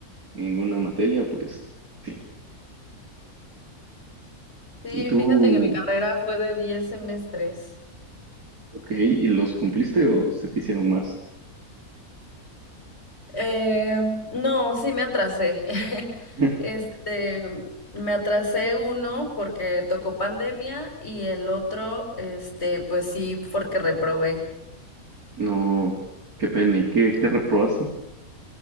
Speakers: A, on the right; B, on the left.
A: ninguna materia, pues sí.
B: Sí,
A: ¿Y ¿Tú
B: fíjate que mi carrera fue de 10 semestres.
A: Ok, ¿y los cumpliste o se te hicieron más?
B: Eh, no, sí me atrasé. <laughs>
A: <laughs>
B: Este, me atrasé uno porque tocó pandemia y el otro, este, pues sí, porque reprobé.
A: No, qué pena. ¿Y qué, qué reprobaste?